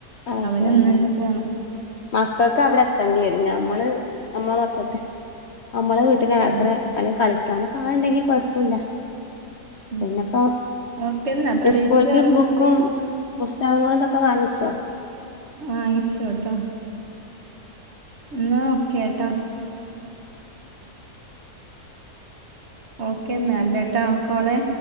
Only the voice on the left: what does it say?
അത്
ശരി
മക്കൾക്ക് അവിടെ എത്തേണ്ടി വരും ഞമ്മള് നമ്മളെ മക്കൾക്ക് നമ്മള് ട്ട്
ത്ര അല്ല കളിക്കാനൊക്കെ ആളുണ്ടെങ്കിൽ കുഴപ്പുല്ല
പിന്നെപ്പോ
സ്കൂൾക്ക്
ബുക്കും പുസ്തകങ്ങളും തൊക്കെ വാങ്ങിച്ചോ